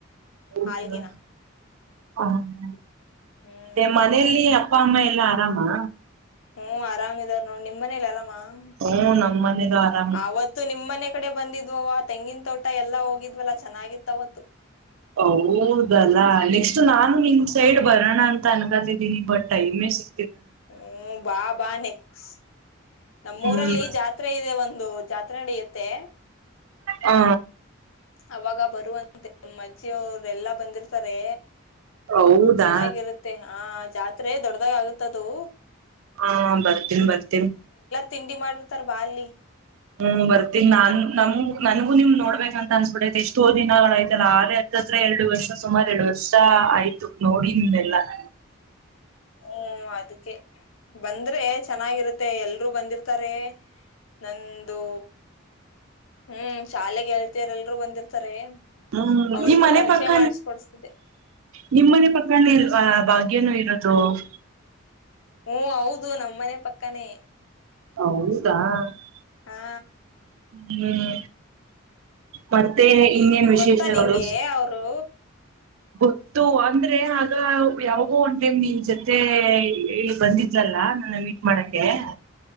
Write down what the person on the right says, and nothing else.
ಹೌದ
ಹ ಹಾ <inaudible>
ಮತ್ತೆ ಮನೇಯಲ್ಲಿ <inaudible> ಅಪ್ಪ ಅಮ್ಮ ಎಲ್ಲಾ ಆರಾಮಾ
ಹ್ಮ ನಮ್ ಮನೇಲೂ ಆರಾಮ್
ಹೌದಲ್ಲಾ ನೆಕ್ಸ್ಟ್ ನಾನು
ನಿಮ್ ಸೈಡ್ ಬರೋಣ ಅಂತ ಅನ್ಕತಿದ್ದೀನಿ ಬಟ್ ಟೈಮೇ ಸಿ
ಹ್ಮ್
ಹಾ
ಹೌದಾ
ಹಾ ಬರ್ತೀನಿ ಬರ್ತೀನಿ
ಹ್ಮ್ ಬರ್ತೀನಿ ನಾನ್ ನಮ ನನ್ಗು ನಿಮ್ ನೋಡ್ಬೇಕಕ್ ಅಂತ ಅನ್ಸ್ಬಿಟ್ಟೈತ್ ಎಷ್ಟೋ ದಿನಗಳಾಯ್ತಲ್ಲ ಆ ಹತ್ತತ್ರ ಎರಡು ವರ್ಷ ಸುಮಾರ ಎರಡು ವರ್ಷ ಆಯ್ತ ಇದಕ್ ನೋಡಿ ಇೆಲ್ಲ <inaudible>
ಹ್ಮ
ನಿ್ ಮನೆ
ಪಕ್ಕ
ನಿಮ್ಮ್ನೆ ಪಕ್ಕ <inaudible> ಇಲ್ವಾ ಭಾಗ್ಯನು ಇರದು <inaudible>
ಹೌದುಸಾ <unintelligible>
ಹ್ಮ್ ಮತ್ತೆ ಇನ್ನೇನ್ ವಿಶೇಷಗಳು
ಗೊತ್ತುವ ಅಂದ್ರೆ ಅದು ಯಾವಾಗೋ ಒಂದ ಟೈಮ್ ನಿನ್ ಜೊತೆ ಬಂದಿದ್ಲಲ್ಲ ನನ್ನ ಮೀಟ್ ಮಾಡಕ <unintelligible> <unintelligible>